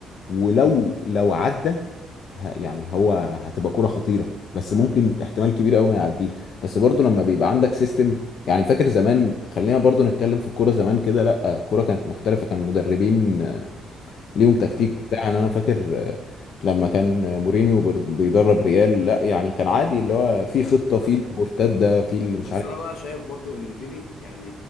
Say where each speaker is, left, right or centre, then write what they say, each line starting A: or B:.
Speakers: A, on the left; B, on the left.
A: ولو لو عدى ه- يعني هو هتبقى كرة خطيرة بس ممكن احتمال كبير قوي ما يعديش بس برضو لما بيبقى عندك سيستم يعني فاكر زمان خلينا برضو نتكلم في الكورة زمان كده لا الكورة كانت مختلفة كان المدربين آه، ليهم تكتيك
B: أيوة.
A: بتاع يعني انا فاكر آه، لما كان آه، مورينيو بر- بيدرب ريال لا يعني كان عادي اللي هو في خطة في
B: صح.
A: المرتدة في اللي مش
B: بس
A: عارف
B: انا بقى
A: إيه.
B: شايف برضو ان فيني يعني